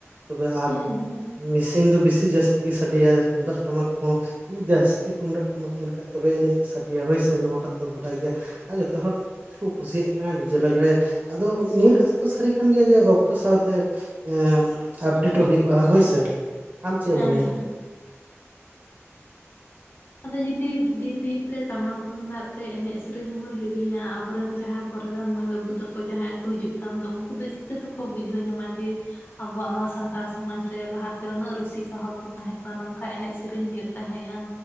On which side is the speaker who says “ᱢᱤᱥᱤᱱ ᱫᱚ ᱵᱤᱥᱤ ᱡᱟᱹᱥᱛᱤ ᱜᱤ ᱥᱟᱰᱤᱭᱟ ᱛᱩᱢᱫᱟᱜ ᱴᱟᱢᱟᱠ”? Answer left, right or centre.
Right